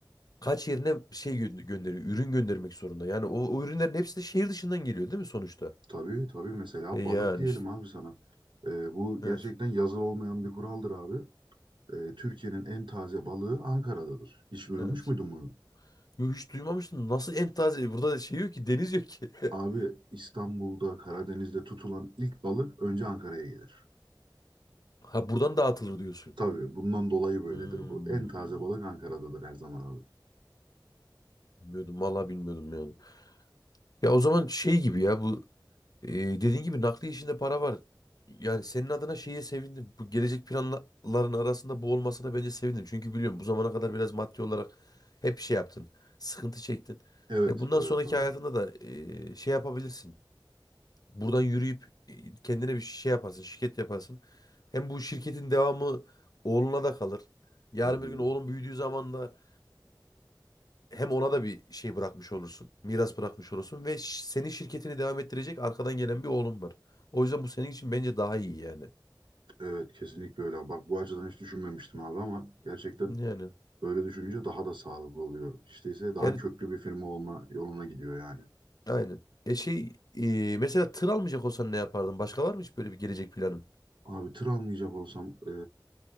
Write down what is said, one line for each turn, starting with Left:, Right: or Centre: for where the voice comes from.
Left: kaç yerine şey gö- gönderiyor, ürün göndermek zorunda. Yani o, o ürünlerin hepsi de şehir dışından geliyor değil mi sonuçta?
Right: tabii tabii mesela
Left: E yani
Right: balık diyelim
Left: işte.
Right: abi sana. Ee, bu
Left: Evet.
Right: gerçekten yazılı olmayan bir kuraldır abi. Ee, Türkiye'nin en taze balığı Ankara'dadır. Hiç duymuş
Left: Evet.
Right: muydun bunu?
Left: Yo hiç duymamıştım. Nasıl en taze? Burada şey yok ki, deniz yok ki. <laughs>
Right: Abi İstanbul'da Karadeniz'de tutulan ilk balık önce Ankara'ya gelir.
Left: Ha buradan dağıtılır diyorsun.
Right: Tabii bundan dolayı böyledir
Left: Hmm.
Right: bu. En taze balık Ankara'dadır her zaman abi.
Left: Bilmiyordum. Vallahi bilmiyordum yani. Ya o zaman şey gibi ya bu Ee, dediğin gibi nakliye işinde para var. Yani senin adına şeye sevindim. Bu gelecek planların arasında bu olmasına bence sevindim. Çünkü biliyorum bu zamana kadar biraz maddi olarak hep şey yaptın. Sıkıntı çektin.
Right: Evet,
Left: E, bundan
Right: evet
Left: sonraki
Right: abi.
Left: hayatında da e, şey yapabilirsin. Buradan yürüyüp e, kendine bir şey yaparsın, şirket yaparsın. Hem bu şirketin devamı oğluna da kalır. Yarın
Right: Hı hı.
Left: bir gün oğlun büyüdüğü zaman da hem ona da bir şey bırakmış olursun. Miras bırakmış olursun ve ş- senin şirketini devam ettirecek arkadan gelen bir oğlun var. O yüzden bu senin için bence daha iyi yani.
Right: Evet kesinlikle öyle. Bak bu açıdan hiç düşünmemiştim abi ama gerçekten
Left: Yani
Right: böyle düşününce daha da sağlıklı oluyor. İşte ise daha
Left: yani
Right: köklü bir firma olma yoluna gidiyor yani.
Left: aynen. E şey e, mesela tır almayacak olsan ne yapardın? Başka var mı hiç böyle bir gelecek planın?
Right: Abi tır almayacak olsam eee,